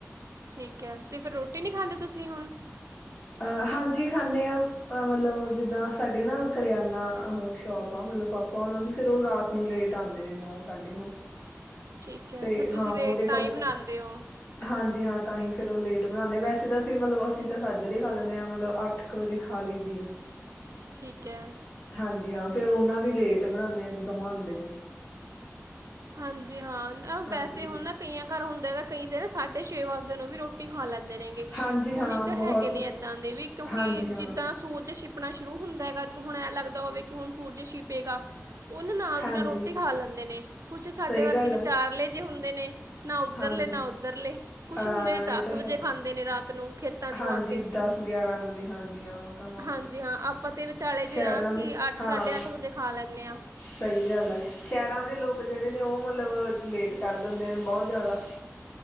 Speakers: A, on the right; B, on the left.
A: ਠੀਕ ਹੈ, ਤੇ ਫੇਰ ਰੋਟੀ ਨੀ ਖਾਂਦੇ ਤੁਸੀਂ ਹੁਣ?
B: ਅ ਹਾਂਜੀ ਖਾਂਣੇ ਆ, ਅ ਮਤਲਬ ਜਿਦਾਂ ਸਾਡੇ ਨਾ ਕਰਿਆਨਾ ਅਹੋ ਸ਼ੋਪ ਆ ਮਤਲਬ ਪਾਪਾ ਉਨਾ ਦੀ, ਫੇਰ ਔ ਰਾਤ ਨੂੰ ਲੇਟ ਆਂਦੇ ਨੇ ਨੌ ਸਾਡੇ ਨੌ।
A: ਠੀਕ ਹੈ
B: ਤੇ
A: ਫਿਰ
B: ਹਾਂ
A: ਤੁਸੀਂ ਲੇਟ
B: ਔਦੇ
A: ਤਾਂ
B: ਘਰ
A: ਹੀ ਬਣਾਉਂਦੇ ਹੋ
B: ਹਾਂਜੀ ਹਾਂ ਤਾਂ ਹੀ। ਫਿਰ ਔ ਲੇਟ ਬਣਾਂਣੇ ਆਂ। ਵੈਸੇ ਤਾਂ ਅਸੀਂ ਮਲਬ ਅਸੀਂ ਤਾ ਸਾਡ ਜਦੇ ਖਾ ਲੈਂਣੇ ਆਂ, ਮਲਬ ਅੱਠ ਕ ਵਜੇ ਖਾ ਲਈ ਦੀ ਆ।
A: ਠੀਕ ਹੈ
B: ਹਾਂਜੀ ਹਾਂ ਫੇਰ ਔਨਾਂ ਵੀ ਲੇਟ ਬਣਾਂਦੇ ਆਂ, ਜੀਦੋ ਔ ਆਂਦੇ ਨੇ।
A: ਹਾਂਜੀ ਹਾਂ। ਅ ਬੈਸੇ
B: ਹਾਂਜੀ
A: ਹੁਣ ਨਾ ਕਈਆਂ ਘਰ ਹੁੰਦਾ ਹੈਗਾ ਕਈ ਜੇਣਾ ਸਾਡ ਸਾਡੇ ਛੇ ਵਜਦੇ ਨੂੰ ਵੀ ਰੋਟੀ ਖਾ ਲੈਂਦੇ ਨੇਗੇ।
B: ਹਾਂਜੀ
A: ਕੁੱਛ
B: ਹਾਂ
A: ਕ
B: ਬਹੁਤ
A: ਹੈਗੇ ਨੇ ਐਦਾਂ ਦੇ ਵੀ, ਕਿਉਂਕਿ
B: ਹਾਂਜੀ ਹਾਂ
A: ਜਿੱਦਾਂ ਸੂਰਜ ਛਿਪ ਪਣਾ ਸ਼ੁਰੂ ਹੁੰਦਾ ਹੈਗਾ ਤਿਉ ਹੁਣ ਐਂ ਲੱਗਦਾ ਹੋਵੇ ਕਿ ਹੁਣ ਸੂਰਜ ਛਿਪੇਗਾ। ਔਨਾਂ ਨਾਲ
B: ਹਾਂਜੀ
A: ਦੀ ਨਾਲ ਰੋਟੀ ਖਾ ਲੈਂਦੇ ਨੇ। ਕੁਛ ਸਾਡੇ
B: ਸਹੀ
A: ਵਰਗੇ
B: ਗੱਲ
A: ਵਿਚਾਰਲੇ
B: ਆ
A: ਜੇ ਹੁੰਦੇ ਨੇ। ਨਾ ਉੱਧਰਲੇ
B: ਹਾਂਜੀ
A: ਨਾ ਓਧਰਲੇ ਕੁਛ
B: ਹਾਂ
A: ਹੁੰਦੇ ਨੇ ਦਸ
B: ਇਹ ਤਾਂ ਹੈ
A: ਵਜੇ ਖਾਂਦੇ ਨੇ ਰਾਤ <unintelligible>
B: ਹਾਂਜੀ,
A: ਆ ਕੇ
B: ਦਸ ਗਿਆਰਾਂ ਵਜੇ ਹਾਂਜੀ ਹਾਂ ਔ ਤਾਂ ਬੌਤ
A: ਹਾਂਜੀ ਹਾਂ ਆਪਾਂ ਤਾਂ ਵਿਚਾਲੇ ਜੇ
B: ਸੈ਼ਰਾਂ
A: ਹਾਂ
B: ਦੇ
A: ਕਿ ਅੱਠ ਸਾਢੇ
B: ਹਾਂ,
A: ਅੱਠ ਵਜੇ ਖਾ ਲੈਂਦੇ ਹਾਂ
B: ਸਹੀ ਗੱਲ ਐ, ਸੈ਼ਰਾਂ ਦੇ ਲੋਕ ਲੋਕ ਜੇੜੇ ਨੇ ਔ ਮਲਬ ਲੇਟ ਕਰ ਦੇੰਦੇ ਨੇ ਬੌਤ ਜੈਦਾ।